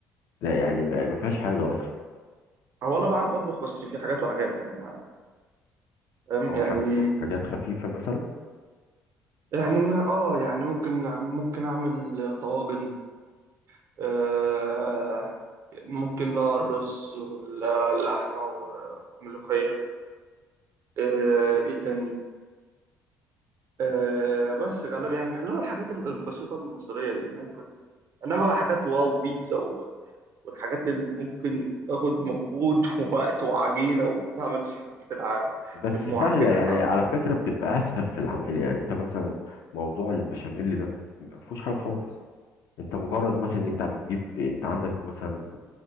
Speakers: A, on the left; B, on the right.
A: لا يعني ما ما فيهاش حاجة اصلا
B: هو انا بعرف اطبخ بس في حاجات وحاجات يعني ما فاهم
A: او
B: يعني
A: ح- حاجات خفيفة مثلا
B: يعني ما- اه يعني ممكن ممكن اعمل طواجن آه ممكن لا الرز واللحمه والملوخيه آه، ايه تاني آه بس غالبا يعني اللي هو الحاجات ال- البسيطة المصرية دي ممكن إنما بقى حاجات واو بيتزا و... والحاجات اللي ممكن تاخد مجهود <laughs> ووقت وعجينة و... لا ماليش في في الع...
A: بس
B: في المعجنات
A: سهلة يعني
B: على
A: على فكرة بتبقى اسهل في العمل يعني انت مثلا موضوع البشاميل ده ما ما فيهوش حاجة خالص انت مجرد مثلا انت بتجيب انت عندك مثلا